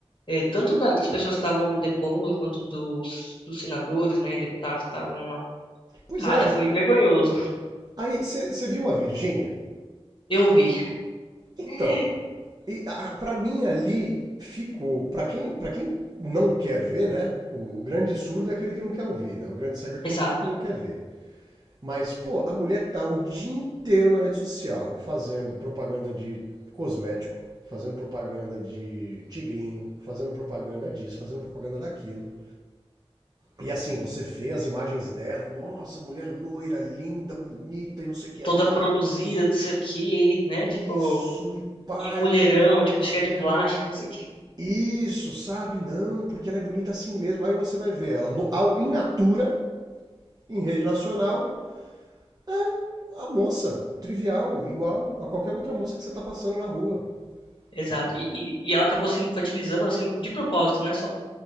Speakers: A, on the left; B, on the right.
A: é, tanto da- das pessoas que estavam depondo quanto dos, dos senadores, né, e deputados que estavam lá.
B: Pois
A: Cara,
B: é.
A: foi vergonhoso.
B: Aí você viu a Virgínia?
A: Eu vi.
B: Então,
A: <laughs>
B: para mim ali ficou, pra quem, para quem não quer ver, né? O, o grande surdo é aquele que não quer ouvir, né? O grande cego é aquele
A: Exato.
B: que não- que não quer ver. Mas, pô, a mulher tá o dia inteiro na rede social fazendo propaganda de cosmético, fazendo propaganda de tigrinho, fazendo propaganda disso, fazendo propaganda daquilo. E assim, você vê as imagens dela, nossa, mulher loira, linda, bonita e não sei o que
A: Toda
B: é lá.
A: produzida, não sei o quê, né?
B: Isso,
A: Tipo,
B: e pai,
A: que mulherão,
B: não,
A: tipo, cheia
B: que mulherão.
A: de plástico, não sei o quê.
B: Isso, sabe? Não, porque ela é bonita assim mesmo. Aí você vai ver ela no, ao, in natura, em rede nacional, é a moça, trivial, igual a qualquer outra moça que você tá passando na rua,
A: Exato.
B: sabe?
A: E, e, e ela acabou se infantilizando, assim, de propósito, né? Só,